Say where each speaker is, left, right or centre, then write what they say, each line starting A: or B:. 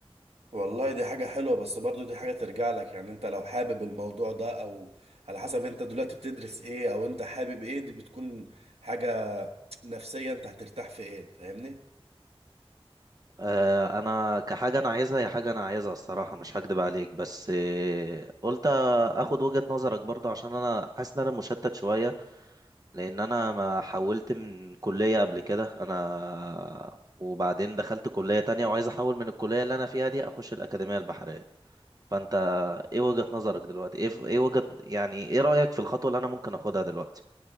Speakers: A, on the right; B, on the right.
A: والله دي حاجة حلوة بس برضو دي حاجة ترجع لك يعني انت لو حابب الموضوع ده او على حسب انت دلوقتي بتدرس ايه او انت حابب ايه دي بتكون حاجة نفسية انت هترتاح في ايه فاهمني؟
B: آه، انا كحاجه انا عايزها هي حاجه انا عايزها الصراحه مش هكدب عليك بس آه، قلت اخد وجهه نظرك برضه عشان انا حاسس ان انا مشتت شويه لان انا ما حولت من كلية قبل كده انا وبعدين دخلت كلية تانية وعايز احول من الكلية اللي انا فيها دي اخش الأكاديمية البحرية فانت ايه وجهة نظرك دلوقتي ايه ايه وجهة يعني ايه رأيك في الخطوة اللي انا ممكن اخدها دلوقتي